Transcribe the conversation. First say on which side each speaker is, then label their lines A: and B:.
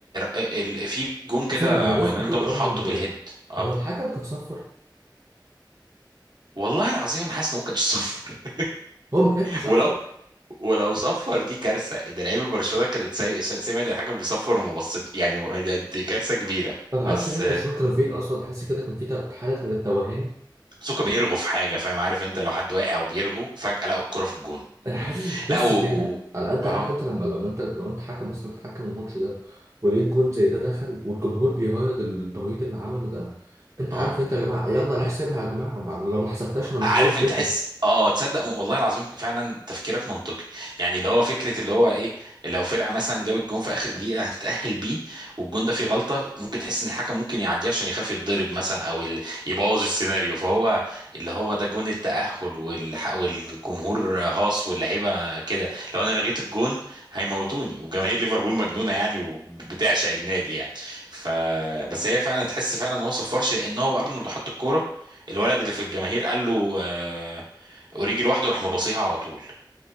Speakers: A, on the right (about 65°); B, on the right (about 35°).
A: ال في جون كده
B: ثانية بمناسبة
A: واينالدوم
B: جون ارنولد
A: حطه بالهيد
B: ده
A: اه
B: هو الحكم كان صفر
A: والله العظيم انا حاسس ان هو كان صفر <laughs>
B: هو ما كانش صفر
A: ولو ولو صفر دي كارثه ده لعيبه برشلونه كانت سي- سمعت الحاجه بيصفر وما بصت يعني دي كارثه كبيره
B: ما تعرفش
A: بس
B: لعيبة برشلونة كانوا فين اصلا تحس كده كان في حالة من التوهان
A: سوكا بيرغو في حاجه فاهم عارف انت لو حد واقع وبيرغو فجاه لقى الكره في الجون
B: انا حاسس مش بس
A: لا و
B: كده على قد
A: اه
B: عارف انت لما لما انت لو انت حكم مثلا بتحكم الماتش ده ولقيت جون زي ده دخل والجمهور بيهيض التهيط اللي عمله ده انت
A: اه
B: عارف انت يا جماعه يلا نحسبها يا جماعه مع- لو ما حسبتهاش انا مش
A: عارف
B: هروح بيتنا
A: انت تحس اه تصدق والله العظيم فعلا تفكيرك منطقي يعني اللي هو فكره اللي هو ايه لو فرقه مثلا جابت جون في اخر دقيقه هتتاهل بيه والجون ده فيه غلطه ممكن تحس ان الحكم ممكن يعديه عشان يخاف يتضرب مثلا او ال- يبوظ السيناريو فهو اللي هو ده جون التاهل والح... والجمهور هاص واللعيبه كده لو انا لغيت الجون هيموتوني وجماهير ليفربول مجنونه يعني وبتعشق النادي يعني ف بس هي فعلا تحس فعلا ان هو صفرش لان هو ارنولد حط الكوره الولد اللي في الجماهير قال له آه، اوريجي لوحده راح مباصيها على طول